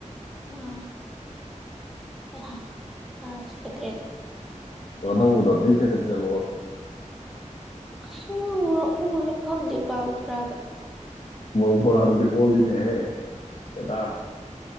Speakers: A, in the centre; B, on the left.
A: ꯑ ꯀ ꯑ ꯑꯦꯠꯇꯦ
B: ꯑ ꯅꯗꯣꯅꯤꯕ ꯁꯦꯀꯠꯇꯜꯂꯣ
A: ꯑꯁ ꯍ ꯂ ꯈ ꯍꯗ ꯕꯥꯕ ꯄꯨꯔꯥꯗ
B: ꯋꯥ ꯐꯔꯥ ꯑꯗꯨꯗꯤ ꯑꯣꯜꯂꯤꯅꯦ ꯍꯦ ꯀꯗꯥ